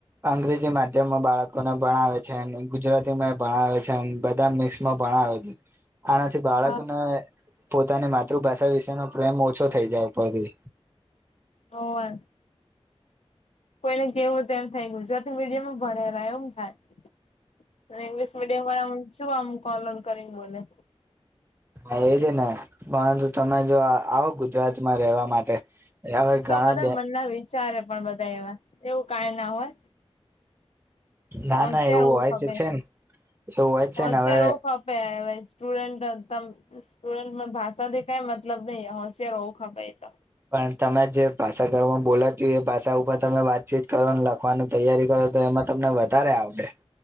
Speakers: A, on the right; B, on the left.
A: અંગ્રેજી માધ્યમમાં બાળકોને ભણાવે છેને ગુજરાતી માં એ ભણાવે છે, બ મિક્સમાં ભણાવે છે, આનાથી બાળકને
B: હા
A: પોતાની માતૃભાષા વિશેનો પ્રેમ ઓછો થઈ જાય પડથી
B: હોવે કોઈને કેવું તો એમ થાય ગુજરાત મીડિયામાં ભણેલા એમ થાય ઇંગ્લિશ મીડિયમ વાળા હ છું આમ કોન કરીને બોલે
A: હા, એ છે ને પરંતુ તમે જો આવો ગુજરાતમાં રહેેવા માટે હવે
B: એ
A: ઘણા
B: તો બધા
A: બે
B: મન ના વિચારે પણ બધા એવા એવું કઈ ના હોય,
A: ના
B: પોન્સિર
A: ના એવું હોય
B: ખે
A: જ છે ને એવું હોય જ
B: પોન્સિયર
A: છે ને હવે
B: ખે સ્ટુડન્ટ ત સ્ટુડન્ટમાં ભાષા જે કઈ મતલબ ન હોશય રહવું ખે તો
A: પણ તમે જે ભાષા ઘરમાં બોલાતી હોય એ ભષા ઉપર તમે વાતચીત કરો, લખવાની તૈયારી કરો તો એમાં તમને વધારે આવડે